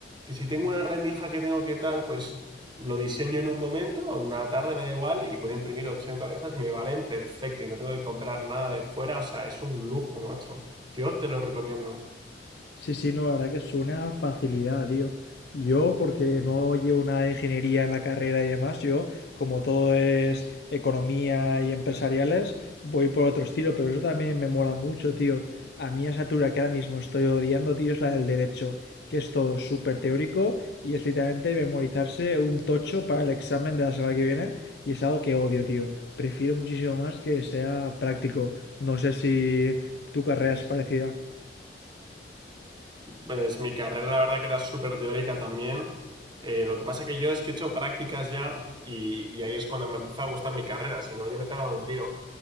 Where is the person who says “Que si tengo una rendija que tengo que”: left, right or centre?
Right